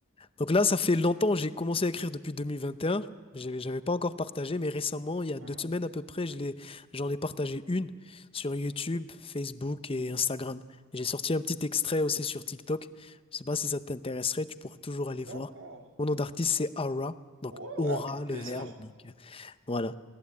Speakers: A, on the left; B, on the right.
A: Donc là, ça fait longtemps, j'ai commencé à écrire depuis 2021. J'avais, j'avais pas encore partagé, mais récemment, il y a deux
B: Mhm.
A: semaines à peu près, je l'ai, j'en ai partagé une sur YouTube, Facebook et Instagram. J'ai sorti un petit extrait aussi sur TikTok. Je sais pas si ça t'intéresserait, tu pourras toujours aller voir.
B: D'accord.
A: Mon nom d'artiste, c'est Aura, donc
B: Ouais,
A: aura,
B: ouais, avec
A: le
B: plaisir.
A: verbe. Donc euh, voilà.